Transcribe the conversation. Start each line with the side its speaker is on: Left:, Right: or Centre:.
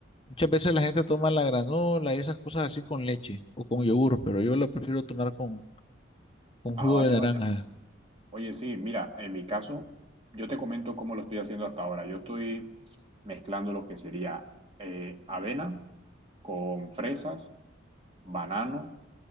Left: Muchas veces la gente toma la granola y esas cosas así con leche o con yogur, pero yo la prefiero tomar con, con
Right: Ah,
Left: jugo
Right: vaya,
Left: de naranja.
Right: vaya. Oye, sí, mira, en mi caso, yo te comento cómo lo estoy haciendo hasta ahora. Yo estoy mezclando lo que sería eh, avena con fresas, banano,